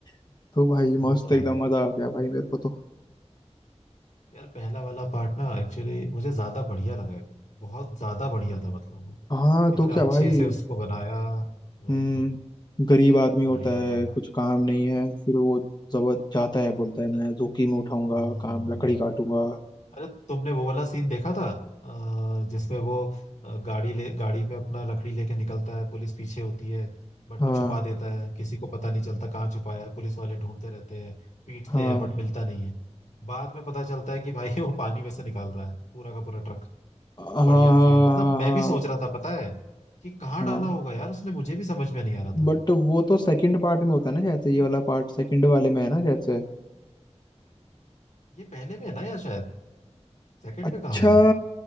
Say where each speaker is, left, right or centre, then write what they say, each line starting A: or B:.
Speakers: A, on the left; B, on the left.
A: <laughs> तो भाई
B: वो
A: मस्त
B: तो
A: एकदम
B: है
A: मजा आ गया भाई मेरे को तो
B: यार पहला वाला पार्ट ना एक्चुअली मुझे ज्यादा बढ़िया लगा है बहुत ज्यादा बढ़िया था मतलब वो
A: हाँ
B: इतना
A: तो क्या
B: अच्छे
A: भाई
B: से उसको बनाया वही
A: हम्म
B: तो
A: गरीब आदमी होता
B: बढ़िया
A: है
B: था यार
A: कुछ काम नहीं है फिर वो जबर जाता है बोलता
B: अच्छा,
A: है मैं जोखिम उठाऊंगा
B: हम्म
A: काम लकड़ी काटूंगा
B: अरे तुमने वो वाला सीन देखा था अ, जिसमें वो अ, गाड़ी ले गाड़ी में अपना लकड़ी लेके निकलता है पुलिस पीछे होती है बट
A: हाँ
B: वो छुपा देता है किसी को पता नहीं चलता कहाँ छुपाया है पुलिस वाले ढूंढते रहते हैं पीटते
A: हाँ
B: हैं बट मिलता नहीं है बाद में पता चलता है कि भाई <laughs> वो पानी में से निकाल रहा है पूरा का पूरा ट्रक
A: हाँ
B: तो बढ़िया
A: हाँ
B: सीन मतलब
A: हाँ
B: मैं
A: हाँ
B: भी सोच रहा था पता है कि कहाँ
A: हाँ।
B: डाला होगा यार उसने मुझे भी समझ में नहीं आ रहा था
A: बट वो तो सेकंड पार्ट में होता है ना शायद से ये वाला पार्ट सेकंड वाले में है ना शायद से
B: ये पहले में है ना या शायद सेकंड
A: अच्छा
B: में कहाँ है